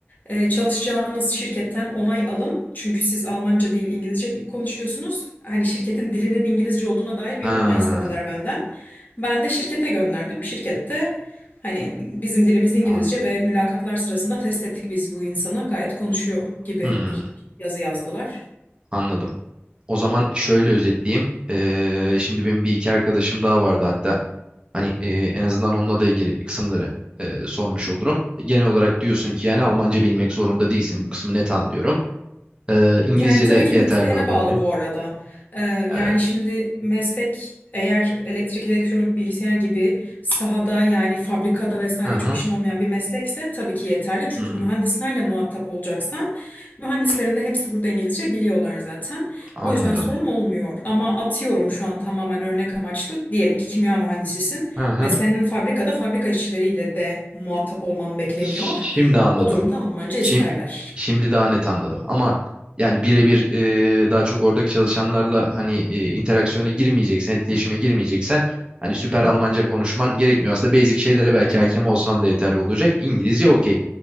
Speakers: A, on the left; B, on the right.
A: Ee, çalışacağınız şirketten onay alın. Çünkü siz Almanca değil İngilizce bir- konuşuyorsunuz. Hani şirketin dilinin İngilizce olduğuna dair bir
B: Ha,
A: onay istediler benden. Ben de şirkete gönderdim. Şirkette hani bizim dilimiz İngilizce
B: anladım.
A: ve mülakatlar sırasında test ettik biz bu insanı. Gayet konuşuyor gibi
B: Hmm,
A: bir yazı yazdılar.
B: anladım. O zaman şöyle özetleyeyim. Ee, şimdi benim bir iki arkadaşım daha vardı hatta. Hani e, en azından onunla da ilgili kısımları e, sormuş olurum. Genel olarak diyorsun ki yani Almanca bilmek zorunda değilsin. Bu kısmı net anlıyorum. E, İngilizce
A: Yani tabii
B: de
A: ki
B: yeterli
A: mesleğine
B: olabilir.
A: bağlı bu arada. Ee,
B: E,
A: yani şimdi meslek eğer elektrik, elektronik, bilgisayar gibi sahada yani fabrikada vesaire
B: hı hı,
A: çok işin olmayan bir meslekse tabii ki yeterli. Çünkü
B: hı,
A: mühendislerle muhatap olacaksan mühendislerin de hepsi burada İngilizce biliyorlar zaten.
B: anladım.
A: O yüzden sorun olmuyor. Ama atıyorum şu an tamamen örnek amaçlı. Diyelim ki kimya mühendisisin
B: Hı hı.
A: ve senin fabrikada fabrika işçileriyle de muhatap olman bekleniyor.
B: Şimdi anladım.
A: O durumda Almanca
B: Şimdi,
A: isterler.
B: şimdi daha net anladım ama yani birebir e, daha çok oradaki çalışanlarla hani e, interaksiyona girmeyeceksen, etkileşime girmeyeceksen hani süper Almanca konuşman gerekmiyor. Aslında basic şeylere belki
A: Aynen.
B: hakem olsan da yeterli olacak. İngilizce okey.